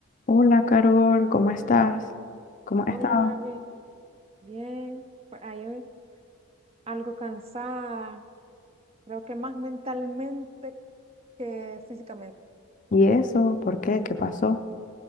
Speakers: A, on the left (about 35°); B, on the right (about 30°).
A: Hola Carol, ¿cómo estás? ¿Cómo has
B: Hola
A: estado?
B: Gaby, bien, pues ahí hoy algo cansada, creo que más mentalmente que físicamente.
A: ¿Y eso? ¿Por qué? ¿Qué pasó?